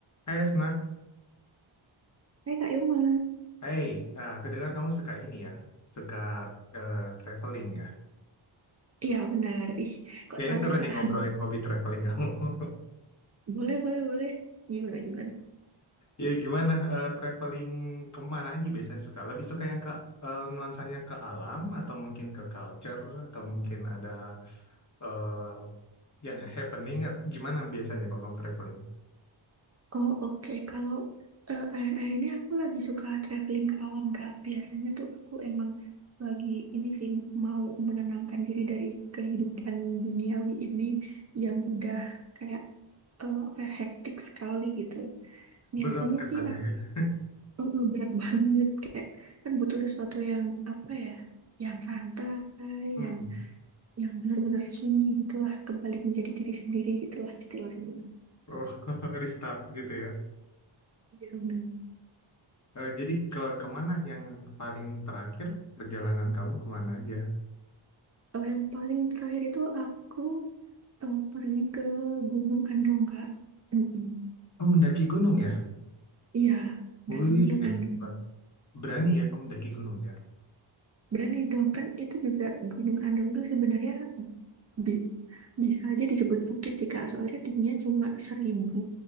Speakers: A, on the left; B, on the right.
A: Hai Esna,
B: Hai Kak Yuma.
A: hai, ah, aku kamu suka ini ya, suka eh, traveling ya.
B: Iya benar. Ih, kok
A: Kayaknya
B: tahu
A: seru
B: sih
A: nih
B: Kak?
A: ngobrolin
B: <laughs>
A: hobi traveling kamu. <laughs>
B: Boleh, boleh, boleh. Gimana, gimana?
A: Ya gimana, eh, traveling kemana aja biasanya suka? Lebih suka yang ke eh, nuansanya ke alam, atau mungkin ke culture, atau mungkin ada eh, yang happening, at- gimana biasanya kalau kamu traveling?
B: Oh oke, Kalau eh, akhir-akhir ini aku lagi suka traveling ke alam Kak. Biasanya tuh aku emang lagi ini sih mau menenangkan diri dari kehidupan duniawi ini yang udah kayak eh, apa ya, hektik sekali gitu. Biasanya
A: Berat ke
B: sih
A: sana
B: aku
A: ya. <laughs>
B: eh, eh, berat <laughs> banget kayak kan butuh sesuatu yang apa ya, yang santai,
A: Hmm.
B: yang yang benar-benar sunyi gitulah kembali menjadi diri sendiri gitulah istilahnya
A: Oh, <laughs> restart gitu ya.
B: Iya. yang
A: Eh, jadi ke kemana yang paling terakhir perjalanan kamu kemana aja?
B: oh, yang paling terakhir itu aku eh, pergi ke Gunung Andong kak Mm-mm.
A: Oh, mendaki gunung ya?
B: iya
A: Wih,
B: dari Gunung
A: hebat.
B: Andong
A: Berani ya kamu mendaki gunung ya?
B: berani dong kan itu juga Gunung Andong tuh sebenarnya bi- bisa aja disebut bukit sih kak soalnya tingginya cuma seribu